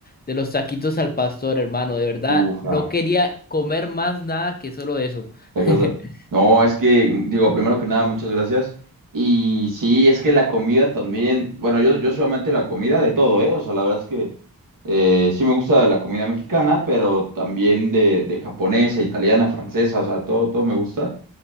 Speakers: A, on the left (about 25°); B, on the right (about 60°).
A: de los taquitos al pastor, hermano, de verdad,
B: Ufa,
A: no quería comer más nada que solo eso.
B: esta
A: <laughs>
B: cosa- No, es que, digo, primero que nada, muchas gracias. Y sí, es que la comida también, bueno, yo, yo soy amante de la comida de todo, ¿eh? O sea, la verdad es que eh, sí me gusta la comida mexicana, pero también de, de japonesa, italiana, francesa, o sea, todo, todo me gusta.